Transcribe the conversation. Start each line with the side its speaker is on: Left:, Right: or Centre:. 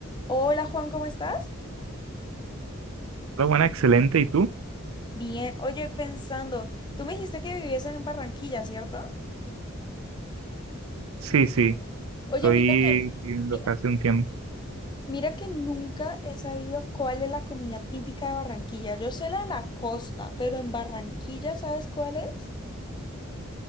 Left: Hola Juan, ¿cómo estás?
Right: Hola, buena, excelente. ¿Y tú?
Left: Bien, oye, pensando, tú me dijiste que vivías en Barranquilla, ¿cierto?
Right: Sí, sí,
Left: Oye,
Right: estoy
Left: mira que,
Right: viviendo
Left: dime.
Right: acá hace un tiempo.
Left: mira que nunca he sabido cuál es la comida típica de Barranquilla. Yo sé la de la costa, pero en Barranquilla, ¿sabes cuál es?